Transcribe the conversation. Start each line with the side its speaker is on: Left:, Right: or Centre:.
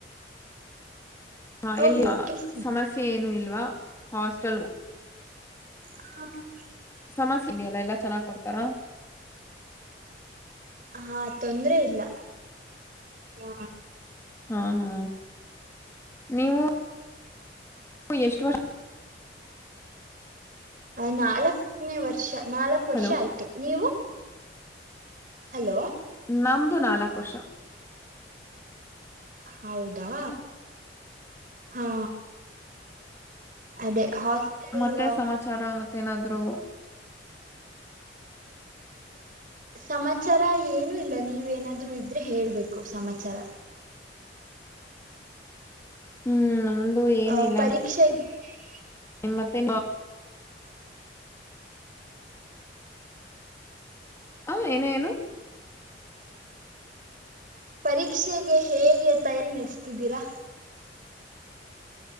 Left: ಹಾ
Right: ಹೌದು
Left: ಎಲ್ಲಿ
Right: ಕೇಳಿಸ್ತಿದ್ಯಾ
Left: ಸಮಸ್ಯೆ ಏನು ಇಲ್ವಾ ಹಾಸ್ಟಲ್
Right: ಹ <inaudible>
Left: ಸಮಸಂಡಿಯಲ್ಲ ಎಲ್ಲ ಚನ್ನಾಗ್ ಕೊಡ್ತಾರೆ ಕಾರೋ <unintelligible>
Right: ಹಾ ತೊಂದ್ರೆ ಇಲ್ಲ ಹಾ
Left: ಹಾ ಹಾ ನೀವು ಎಷ್ಟ ವರ್ಷ
Right: ಅ ನಾಲ್ಕನೇ ವರ್ಷ ನಾಲ್ಕು ವರ್ಷ
Left: ಹಲೋ
Right: ಆಯಿತು ನೀವು ಹಲೋ
Left: ನಮ್ದು ನಾಲ್ಕು ವರ್ಷ
Right: ಹೌದಾ ಹಾ ಅದೇ ಹಾಸ್ಟೆಲ್
Left: ಮತ್ತೆ ಸಮಾಚಾರ ಮತ್ತೇಏನಾದ್ರು
Right: ಸಮಾಚಾರ ಏನು ಇಲ್ಲ ನೀವೇಏನಾದ್ರು ಇದ್ರೆ ಹೇಳ್ಬೇಕು ಸಮಾಚಾರ
Left: ಹ್ಮ್ ಏನಿಲ್ಲ
Right: ಅ ಪರೀಕ್ಷೆಗೆೆ ಹ <inaudible>
Left: ನಿಮ್ ಮತ್ತೆ ಹ ಏನು ಏನು
Right: ಪರೀಕ್ಷೆಗೆ ಹೇಗೆ ತಯಾರಿ ನಡೆಸ್ತಿದ್ದೀರಾ